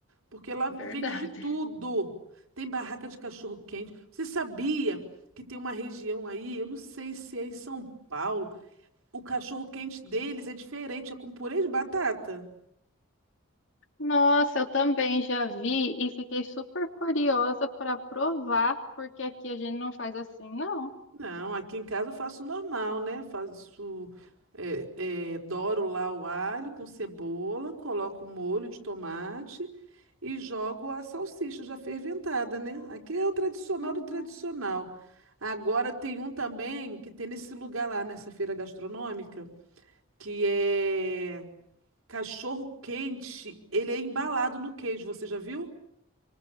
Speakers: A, on the right (about 80°); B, on the left (about 60°).
A: Porque lá
B: Verdade.
A: vende de tudo. Tem barraca de cachorro-quente. Você sabia que tem uma região aí, eu não sei se é em São Paulo, o cachorro-quente deles é diferente, é com purê de batata?
B: Nossa, eu também já vi e fiquei super curiosa para provar, porque aqui a gente não faz assim, não.
A: Não, aqui em casa eu faço normal, né? Faço, é, é, doro lá o alho com cebola, coloco o molho de tomate e jogo a salsicha já ferventada, né? Aqui é o tradicional
B: Uhum.
A: do tradicional. Agora tem um também que tem nesse lugar lá, nessa feira gastronômica, que é cachorro quente. Ele é embalado no queijo, você já viu?